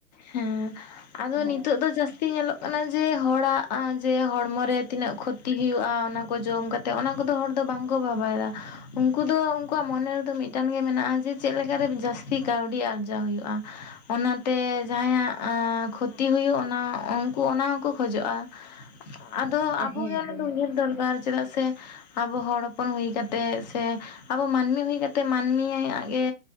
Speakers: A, on the left; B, on the right.
A: ᱦᱮᱸ ᱟᱫᱚ
B: ᱦᱮᱸ
A: ᱱᱤᱛᱚᱜ ᱫᱚ ᱡᱟᱹᱥᱛᱤ ᱧᱮᱞᱚᱜ ᱠᱟᱱᱟ ᱡᱮ ᱦᱚᱲᱟᱜ ᱡᱮ ᱦᱚᱲᱢᱚᱨ ᱨᱮ ᱛᱤᱱᱟᱹᱜ ᱠᱷᱚᱛᱤ ᱦᱩᱭᱩᱜᱼᱟ ᱚᱱᱟ ᱠᱚ ᱡᱚᱢ ᱠᱟᱛ ᱛᱚ ᱚᱱᱟ ᱠᱚᱫᱚ ᱦᱚᱲ ᱫᱚ ᱵᱟᱝᱠᱚ ᱵᱷᱟᱵᱟᱭᱮᱫᱟ᱾ ᱩᱝᱠᱩ ᱫᱚ ᱩᱝᱠᱩᱣᱟᱜ ᱢᱚᱱᱮ ᱨᱮᱫᱚ ᱢᱤᱫᱴᱟᱱ ᱜᱮ ᱢᱮᱱᱟᱜᱼᱟ ᱡᱮ ᱪᱮᱫ ᱞᱮᱠᱟᱨᱮ ᱡᱟᱹᱥᱛᱤ ᱠᱟᱹᱣᱰᱤ ᱟᱨᱡᱟᱣ ᱦᱩᱭᱩᱜᱼᱟ᱾ ᱚᱱᱟᱛᱮ ᱡᱟᱦᱟᱸᱭᱟᱜ ᱮᱸᱻ ᱠᱷᱚᱛᱤ ᱦᱩᱭᱩᱜ ᱚᱱᱟ ᱩᱱᱠᱩ ᱚᱱᱟ ᱦᱚᱸᱠᱚ ᱠᱷᱚᱡᱚᱜᱼᱟ ᱟᱫᱚ ᱟᱵᱚᱜᱮ
B: ᱦᱮᱸ
A: ᱚᱱᱟ
B: ᱫᱤ
A: ᱫᱚ
B: ᱦᱮᱸ
A: ᱩᱭᱦᱟᱹᱨ ᱫᱚᱨᱠᱟᱨ ᱪᱮᱫᱟᱜ ᱥᱮ ᱟᱵᱚ ᱦᱚᱲ ᱦᱚᱯᱚᱱ ᱦᱩᱭ ᱠᱟᱛᱮ ᱥᱮ ᱟᱵᱚ ᱢᱟᱹᱱᱢᱤ ᱦᱩᱭ ᱠᱟᱛᱮ ᱢᱟᱹᱱᱢᱤᱭᱟᱜ ᱜᱮ